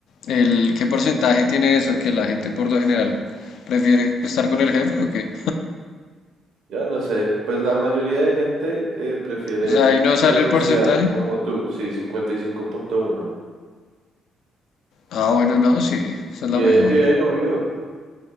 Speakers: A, on the left (about 70°); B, on the right (about 75°).
A: El, ¿qué porcentaje tiene eso? Que la gente por lo general prefiere estar con el jefe o qué?
B: Ya no sé, pues la mayoría de gente eh, prefiere
A: O sea, ahí no sale
B: renunciar,
A: el porcentaje.
B: como tú, sí, cincuenta y cinco punto uno.
A: Ah, bueno, no, sí, esa es
B: Bien,
A: la mejor.
B: bien, obvio.